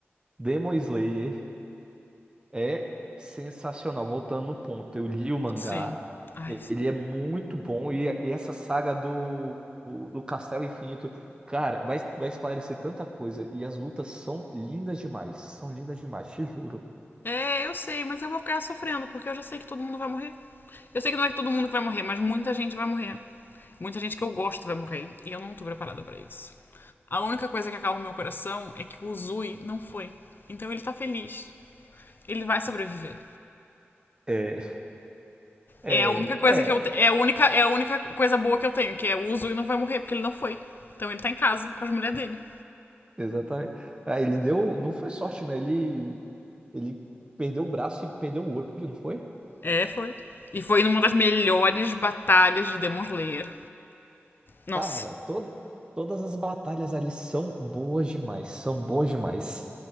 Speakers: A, on the right (about 20°); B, on the left (about 50°).
A: Demon Slayer é sensacional. Voltando no ponto, eu li o mangá,
B: Sim. Ai,
A: e-
B: sim.
A: ele é muito bom. E, e essa saga do, o- do Castelo Infinito, cara, vai, vai esclarecer tanta coisa. E as lutas são lindas demais, são lindas demais, te juro.
B: É, eu sei, mas eu vou ficar sofrendo, porque eu já sei que todo mundo vai morrer. Eu sei que não é que todo mundo que vai morrer, mas muita gente vai morrer. Muita gente que eu gosto vai morrer. E eu não tô preparada pra isso. A única coisa que acalma o meu coração é que o Uzui não foi. Então ele tá feliz. Ele vai sobreviver.
A: É, é,
B: É a única coisa
A: é.
B: que eu te- é a única é a única coisa boa que eu tenho, que é o Uzui não vai morrer porque ele não foi. Então ele tá em casa com as mulheres dele.
A: Exatamente. Ah, ele deu. Não foi sorte, né? Ele, ele perdeu o braço e perdeu o olho, não foi?
B: É, foi. E foi numa das melhores batalhas de Demon Slayer. Nossa.
A: Cara, to... todas as batalhas ali são boas demais. São boas demais.